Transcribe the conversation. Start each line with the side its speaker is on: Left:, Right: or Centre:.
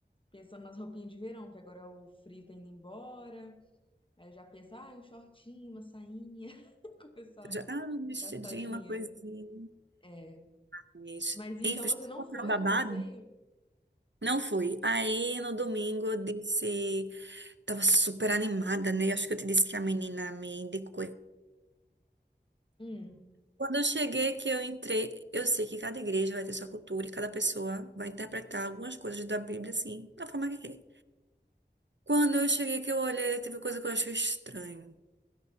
Left: pensando nas roupinhas de verão, que agora o frio tá indo embora. Aí eu já penso, ah, um shortinho, uma sainha. <laughs> Começar
Right: Já,
Left: a
Right: ah, um vestidinho,
Left: gastar dinheiro.
Right: uma coisinha.
Left: É.
Right: Mas,
Left: Mas então
Right: enfim,
Left: você
Right: fui
Left: não
Right: comprar
Left: foi
Right: o babado.
Left: no passeio?
Right: Não fui. Aí no domingo eu disse, tava super animada, né? Acho que eu te disse que a menina me indicou.
Left: Hum. O
Right: Quando eu cheguei, que eu entrei, eu sei que cada igreja vai ter sua cultura e cada pessoa vai interpretar algumas coisas da Bíblia, assim, da forma que quer. Quando eu cheguei, que eu olhei, teve coisa que eu achei estranho.